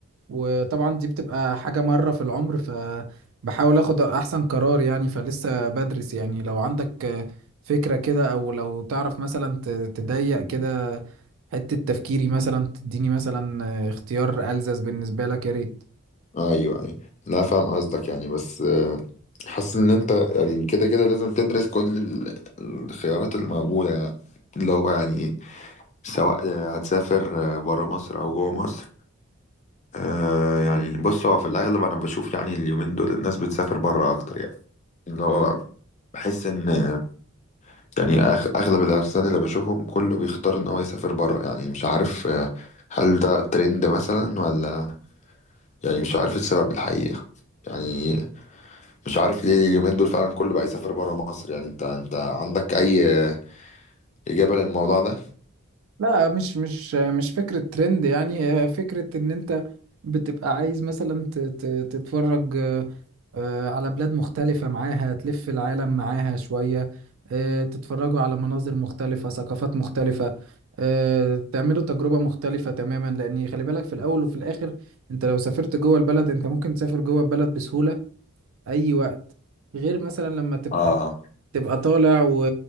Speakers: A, on the right (about 70°); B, on the left (about 30°).
A: وطبعا دي بتبقى حاجة مرة في العمر فبحاول اخد احسن قرار يعني فلسه بدرس يعني لو عندك فكرة كده او لو تعرف مثلا ت- تضيق
B: مم.
A: كده حتة تفكيري مثلا تديني مثلا اختيار ألزز بالنسبة لك يا ريت
B: ايوه ايوه لا فاهم قصدك يعني بس آه، حاسس ان انت يعني كده كده لازم تدرس كل ال- الخيارات الموجوده يعني. اللي هو يعني سواء آه، هتسافر بره مصر او جوه مصر آه، يعني بص هو في الاغلب انا بشوف يعني اليومين دول الناس بتسافر بره اكتر يعني اللي هو بحس ان آه، يعني أغ- اغلب العرسان اللي بشوفهم كله بيختار ان هو يسافر بره يعني مش عارف آه، هل ده ترند مثلا ولا يعني مش عارف السبب الحقيقة يعني مش عارف ليه اليومين دول فعلا كله بقى يسافر بره مصر يعني انت انت عندك اي آه، إجابة للموضوع ده؟
A: لا مش مش مش فكرة ترند يعني هي فكرة ان انت بتبقى عايز مثلا ت- ت- تتفرج آه، آه، على بلاد مختلفة معاها تلف العالم معاها شوية آه، تتفرجوا على مناظر مختلفة ثقافات مختلفة آه، تعملوا تجربة مختلفة تماما لأن خلي بالك في الأول وفي الآخر أنت لو سافرت جوه البلد أنت ممكن تسافر جوه البلد بسهولة أي وقت غير مثلا لما تبقى
B: اه
A: تبقى طالع و...